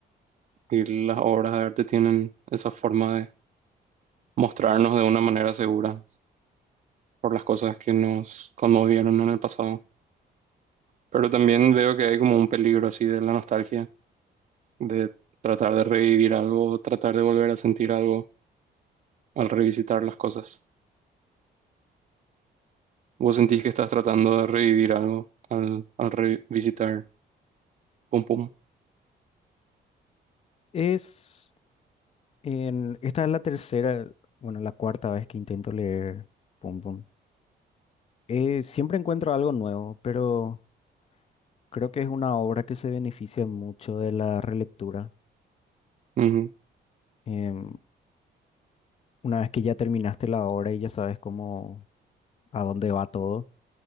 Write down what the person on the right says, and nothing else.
y las obras de arte tienen esa forma de mostrarnos de una manera segura por las cosas que nos conmovieron en el pasado. Pero también veo que hay como un peligro así de la nostalgia, de tratar de revivir algo, tratar de volver a sentir algo al revisitar las cosas. ¿Vos sentís que estás tratando de revivir algo al, al revisitar Pum Pum?
Ujú,